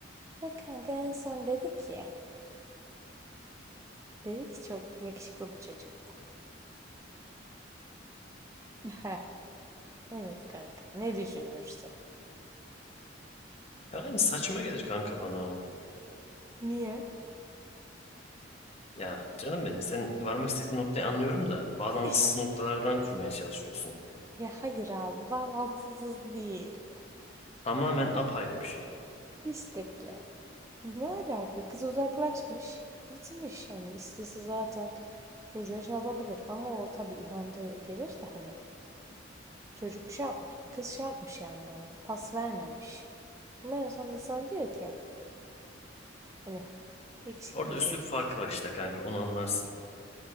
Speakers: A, on the right (about 15°); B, on the left (about 35°).
A: Ve kanka en son dedi ki, dedi ki çok yakışıklı bir çocuktu. <laughs> Heh, evet kanka ne düşünürsün?
B: Yani saçma gelir kanka bana o.
A: Niye?
B: Ya canım benim sen varmak istediğin noktayı anlıyorum da bağlantısız
A: <laughs>
B: noktalardan kurmaya çalışıyorsun.
A: Ya hayır abi bağlantısız değil.
B: Tamamen apayrı bir şey.
A: Hiç de bile. Ne alaka? Kız uzaklaşmış. Gitmiş hani istese zaten çocuğa şey yapabilir. Ama o tabii ihanete gelir de hani Çocuk şey yapmış, kız şey yapmış yani hani pas vermemiş. Ama en sonunda sana diyor ki hani yakışıklı
B: Orada
A: bir
B: üslup
A: çocuktu.
B: farkı var işte kanka onu anlarsın.